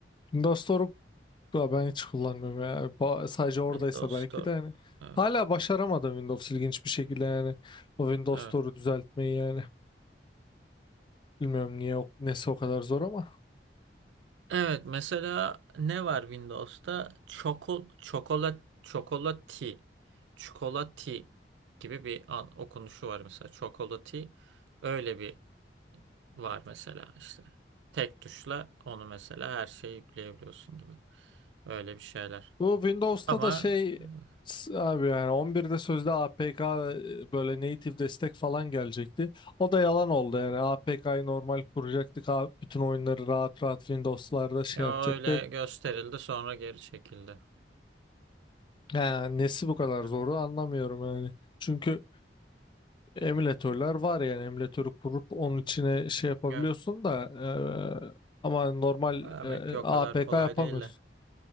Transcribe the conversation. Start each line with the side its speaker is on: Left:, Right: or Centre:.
Left: Windows'u da ben hiç kullanmıyorum ya. Ba- sadece oradaysa
Right: Windows
Left: belki
Right: Store.
Left: de yani.
Right: Evet.
Left: Hala başaramadım Windows ilginç bir şekilde yani. O Windows
Right: evet.
Left: Store'u düzeltmeyi yani. Bilmiyorum niye o- nesi o kadar zor ama.
Right: Evet mesela ne var Windows'ta? Çokol, çokolat, çokolati, çikolati gibi bir an, okunuşu var mesela. Çokolati öyle bir var mesela işte. Tek tuşla onu mesela her şeyi yükleyebiliyorsun gibi. Öyle bir şeyler.
Left: Bu Windows'ta
Right: Ama
Left: da şey
Right: evet,
Left: s- abi yani 11'de sözde APK e, böyle native destek falan gelecekti. O da yalan oldu yani APK'yı normal kuracaktık. A- Bütün oyunları rahat rahat Windows'larda şey
Right: ya
Left: yapacaktık.
Right: öyle gösterildi sonra geri çekildi.
Left: Yani nesi bu kadar
Right: Beklerim.
Left: zoru anlamıyorum yani. Çünkü emülatörler var yani emülatörü kurup onun içine şey yapabiliyorsun
Right: Evet.
Left: da e, ama normal
Right: Demek
Left: e,
Right: ki o
Left: APK
Right: kadar kolay
Left: yapamıyorsun.
Right: değil de.